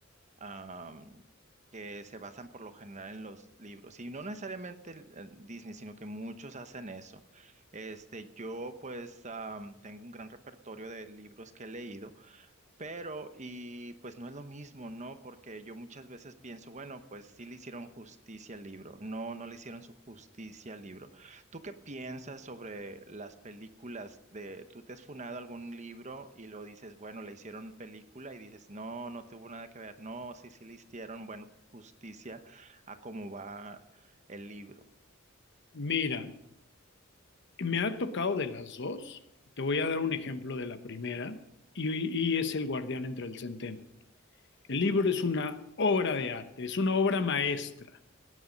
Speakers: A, on the right; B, on the left.
A: am, que se basan por lo general en los libros. Y no necesariamente el- en Disney, sino que muchos hacen eso. Este, yo pues am, tengo un gran repertorio de libros que he leído. Pero, y pues no es lo mismo, ¿no? Porque yo muchas veces pienso, bueno, pues sí le hicieron justicia al libro. No, no le hicieron su justicia al libro. ¿Tú qué piensas sobre las películas de, tú te has funado algún libro y lo dices, bueno, le hicieron película y dices, no, no tuvo nada que ver. No, sí, sí le hicieron, bueno, justicia a cómo va el libro.
B: Mira, me ha tocado de las dos. Te voy a dar un ejemplo de la primera y, y es El guardián entre el centeno. El libro es una obra de arte, es una obra maestra.